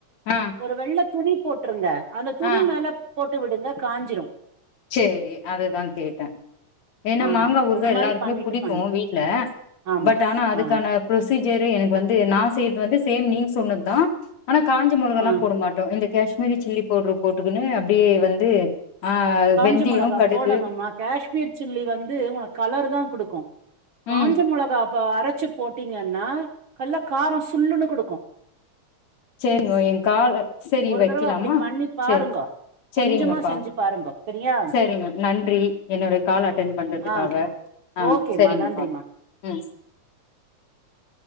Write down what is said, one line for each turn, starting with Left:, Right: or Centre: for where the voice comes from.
Left: ஆ
Right: ஒரு வெள்ள துணி போட்டுருங்க அந்த துணி
Left: ஆ
Right: மேல போட்டு விடுங்க காஞ்சிரும்
Left: சரி அதுதான் கேட்டன் ஏன்னா
Right: ஆ
Left: மாங்கா ஊருகா
Right: அந்த
Left: எல்லாருக்குமே
Right: மாரி பண்ணிட்டு
Left: பிடிக்கும்
Right: பண்லா
Left: வீட்ல
Right: ஆமா
Left: பட் ஆனா அதுக்கான
Right: ஆ
Left: ப்ரொசீஜர் எனக்கு வந்து நா செய்றது வந்து சேம் நீங்க சொன்னதான் ஆனா காஞ்ச மொளகலாம்
Right: ஆ
Left: போட மாட்டோம் இந்த கேஷ்மீரி சில்லி பவுடரு போட்டுக்கன்னு அப்டே வந்து ஆ வெந்தயோ
Right: <unintelligible> மிளகா
Left: கடுகு
Right: போடணும்மா காஷ்மீர் சில்லி வந்து உனக் கலர் <unintelligible> தா குடுக்கு காஞ்ச
Left: ம்
Right: மொளகா இப்ப அரைச்சு போட்டீங்கன்னா நல்லா காரோ சுல்லுன்னு குடுக்கு
Left: சேரிங்கோ எ கால சேரி
Right: ஒரு
Left: வைக்கலாமா
Right: தடவ அப்டி பண்ணி பாருங்கோ
Left: சேரி சேரிங்கப்பா
Right: கொஞ்சமா செஞ்சு பாருங்கோ சரியா
Left: சேரிங்க நன்றி என்னோடைய கால் அட்டன் பண்றதுக்காக
Right: ஆ
Left: ஆ
Right: ஓகேமா
Left: சேரிங்கப்பா
Right: நன்றிமா
Left: உ